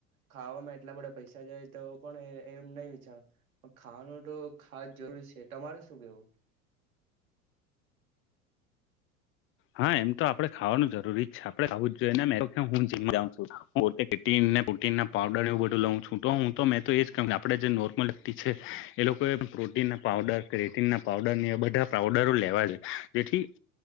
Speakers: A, on the right (about 75°); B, on the left (about 30°).
A: ખાવામાં એટલા બધા પૈસા જાય તો પણ એમ નહી. વિચારવાનુ ખાવાનું તો ખા જરૂરી છે તમારે શું કેવું.
B: હા એમ તો આપડે ખાવાનું જરૂરી છે આપડે ખાવું જ જોઈએને <unintelligible> અને હું જિમ જાઉં છું મોટી સિટી પ્રોટીન ના પાવડર એવું બધું લઉ છૂ તો હું તો મેં તો એજ કહું કે આપે જે નોર્મલ વ્યક્તિ છે એ લોકો એ પ્રોટીન ના પાવડર ક્રેટીન ના પાવડર એ બધા પાવડરો લેવા છે જેથી